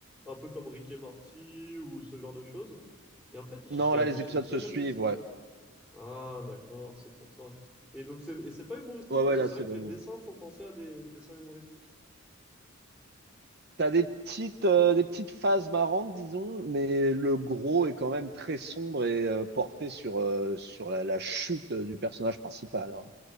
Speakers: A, in the centre; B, on the right (about 50°).
A: un peu comme Rick et Morty ou ce genre de choses. Et en fait, j'avais-
B: Non, là, les
A: j'ai
B: épisodes
A: jamais
B: se suivent.
A: réussi.
B: Ouais.
A: Ah, d'accord, c'est pour ça. Et donc, c'est, et c'est pas humoristique,
B: Ouais,
A: parce
B: ouais, là,
A: que c'est
B: c'est
A: vrai que
B: vraiment.
A: les dessins font penser à des dessins humoristiques.
B: T'as des petites, euh, des petites phases marrantes, disons, mais le gros est quand même très sombre et euh, porté sur, euh, sur la, la chute du personnage principal. hein.